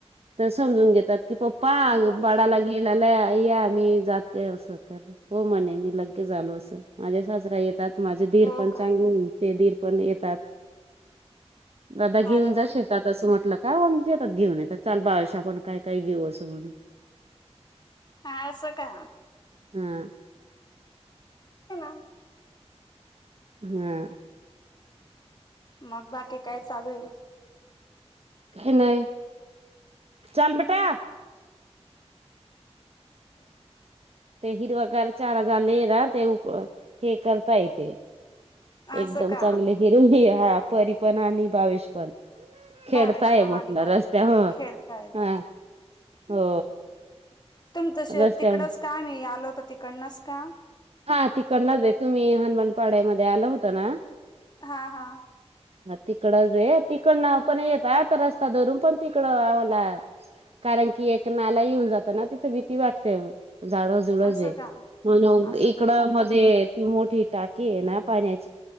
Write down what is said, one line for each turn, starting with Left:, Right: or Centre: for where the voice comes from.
Right: तर समजून घेतात की प् पाग
Left: बर
Right: बडा ला गेलला मी जाते अस तर हो म्हणे मी लगे झालो असं माझ्या सासरा येतात माझे दीर
Left: हो
Right: पण
Left: का
Right: चांगले हो ते दीर पण येतात दादा घेऊन
Left: अरे
Right: जा
Left: वा
Right: श येतात असं म्ह म्हलं काजे येतात घेऊन येत चाल बावश आपण काय काय घेऊ असं म्हणून
Left: हा असो का
Right: हम
Left: ह
Right: हम्
Left: मग बाकी काय चालू आहे
Right: ह नाही चल बेटा
Left: ह
Right: ते हिरवा घार चारा झाले ना ते उक हे करता येते एकदम
Left: असं का
Right: चांगले हिरे ह हा परी पण आणि भावेश पण खेडताय
Left: भावेश पण
Right: म्हटलं
Left: आणि परी
Right: रस्त्या
Left: पण
Right: हो
Left: खेळतायत
Right: हा हो
Left: तुमचं शेत
Right: रस्त्यावर
Left: तिकडच का मी आलो तर तिकडनच का
Right: हा तिकडनाच येत तुम्ही हनुमानपाड्यामध्ये आल होता ना
Left: हा हा
Right: तिकडं रे तिकड पण येत आता रस्ता धरून पण तिकड आम्हाला कारण की एक नाला येऊन जात ना तिथं भीती वाटते झाडजुळज
Left: असं
Right: आहे
Left: का
Right: म्हण
Left: असं
Right: इकड
Left: का
Right: मध्ये ती मोठी टाकी आहे ना पाण्याची